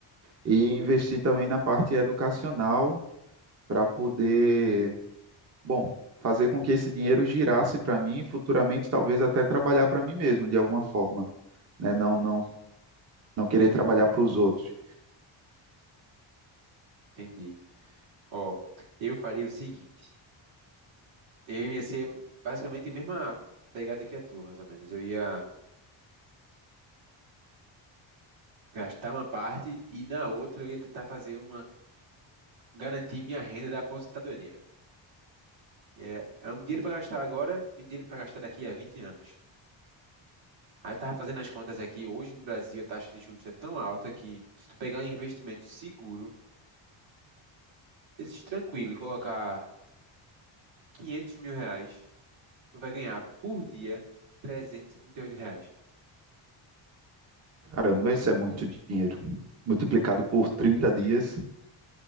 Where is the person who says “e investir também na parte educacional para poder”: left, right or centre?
Right